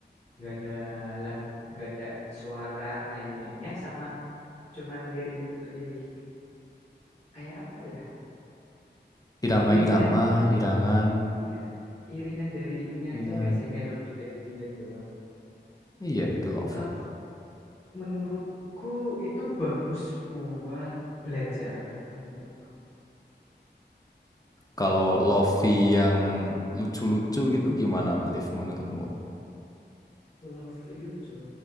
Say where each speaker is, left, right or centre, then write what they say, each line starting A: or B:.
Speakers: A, on the left; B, on the left.
A: gak ada lag gak ada suara nyanyiannya sama cuman lirik lirik kayak apa ya
B: Irama-irama,
A: iringan dari
B: irangan,
A: iya, iringan dari itunya
B: dengan
A: aja nggak sih melodi melodinya doang
B: iya itu lofi.
A: kalau menurutku itu bagus buat belajar kalau menurutku
B: Kalau lofi yang lucu-lucu gitu gimana, Liv, menurutmu?
A: Lebih lucu?